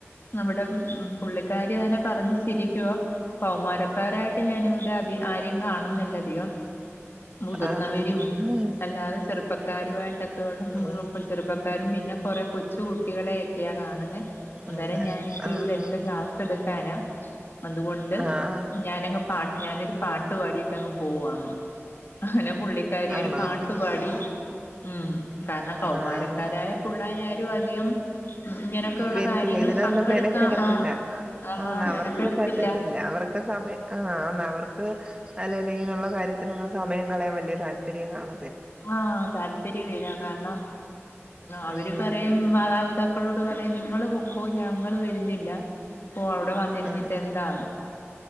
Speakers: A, on the left; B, on the right.
A: നമ്മുടെ പുള്ളികാരി. തന്നെ പറഞ്ഞു ശിരിക്കു കൗമാരക്കാരായിട്ട് ഞാനിവിടെ അ ആരെയും കാണുന്നില്ലധികം. മുതിർന്നവരും
B: ആഹ് ആഹ് ആഹ്
A: അല്ലാതെ ചെറുപ്പ ക്കാരുമായിട്ടൊക്കെയ ഉള്ള
B: ഉം
A: ചെറുപ്പക്കാരും പിന്നെ കൊറെ കൊച്ചു കുട്ടികളെയൊക്കെയാ കാണുന്നേ. അന്നേരം
B: ആഹ്
A: ഞാനിപ്പ
B: ആഹ്
A: ഇവിടെ എന്ത് ക്ലാസ് എടുക്കാനാ അതുകൊണ്ട്
B: ആഹ്
A: ഞാന പാട്ട് ഞാനൊരു പാട്ട് പാടിട്ടങ്ങ് പോവന്ന്. അങ്ങനെ പുള്ളിക്കാരി ഒരു
B: ആണോ
A: പാട്ടുപാടി ഉം കാരണം കൗമാരക്കാരായ.
B: ആഹ്
A: പുള്ളാരാരും അധികം. ഇങ്ങനൊക്കെയുള്ള
B: വരത്തില്ല
A: കാര്യങ്ങള്
B: ഇതിനൊന്നും
A: പങ്കെടുക്കാ
B: മെനക്കടത്തില്ല
A: ആ ആ
B: ആഹ്
A: മെനക്കെടുത്തില്ല
B: അവർക്ക് പറ്റത്തില്ല. അവർക്ക് സമയം ആഹ് അവർക്ക്. അല്ലേങ്കിൽ ഇങ്ങനെയുള്ള കാര്യത്തിനെന്നും സമയം കളയാൻ വലിയ താല്‍പര്യം കാണ
A: ആഹ് താല്പര്യമില്ല കാരണം അവര്
B: ഉം
A: പറയ മാതാപിതാക്കളോട് പറയ് നിങ്ങള് പൊക്കോ ഞങ്ങൾ വരുന്നില്ല. പോ അവ്ടെ വന്നിരുന്നിട്ട്
B: ആഹ്
A: എന്താണ്